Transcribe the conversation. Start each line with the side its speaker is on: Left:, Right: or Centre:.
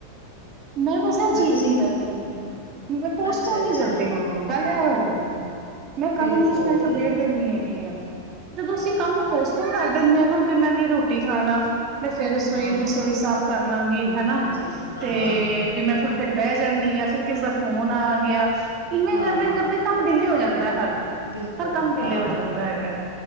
Right: ਮੈਂ ਬਸ ਇਹ
Left: ਬਈ
Right: ਚੀਜ਼
Left: ਤੁਸੀਂ
Right: ਨਹੀਂ ਕਰਦੀ ਹੈਗੀ, ਮੈਂ ਪੋਸਟਪੋਨ
Left: ਅੱਛਾ ਅੱਛਾ
Right: ਨੀ ਕਰਦੀ ਕੰਮ ਨੂੰ। ਗੱਲ ਐ ਹੋ ਗੀ ਐ। ਮੈਂ
Left: ਬਿਲਕੁਲ
Right: ਕਮ ਨੂੰ ਉਸ ਟਾਈਮ ਨਬੇੜ ਦੇਨੀ ਹੈਗੀ ਆਂ ਜਦੋਂ
Left: ਹਾਂ
Right: ਅਸੀਂ ਕੰਮ ਨੂੰ ਪੋਸ ਪੋਨ ਕਰ ਦੇਨੇ ਆ ਨਾ ਵੀ ਮੈਂ ਨੀ ਰੋਟੀ ਖਾ ਲਾ ਤੇ <unintelligible>
Left: ਹਾਂ ਹਾਂ
Right: ਰਸੋਈ ਸਾਫ਼ ਕਰ ਲਾਂਗੀ ਹਨਾ
Left: ਹਾਂਜੀ ਹਾਂ
Right: ਤੇ
Left: ਹਾਂ ਹਾਂ
Right: ਵੀ ਮੈਂ ਥੋੜੀ ਦੇਰ ਬੈ ਜਾਂਨੀ ਆ, ਫਿਰ ਕਿਸੇ ਦਾ ਫੋਨ ਆ ਗਿਆ, ਇਵੇਂ
Left: ਹਾਂ
Right: ਕਰਦੇ
Left: ਹਾਂ
Right: ਕਰ ਦੇ ਕੰਮ ਡਿੱਲੇ ਹੋ ਜਾਂਦੈ ਹਰ।
Left: ਬਿਲਕੁਲ
Right: ਹਰ ਕੰਮ ਡੀਲੇ
Left: ਹਾਂ
Right: ਹੋ ਜਾਂਦਾ ਹੈਗਾ